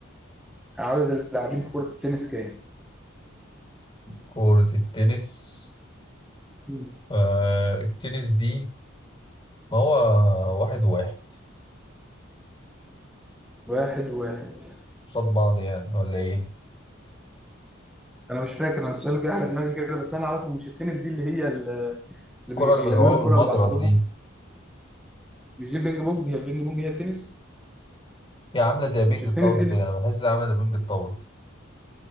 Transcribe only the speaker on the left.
كورة التنس
آه التنس دي ما هو واحد واحد
قصاد بعض يعني ولا ايه
الكرة
اللي
بيضربوها
بالمضرب
دي
هي عاملة زي بينج
الطاولة
كده أنا بحس إنها عاملة زي بينج الطاولة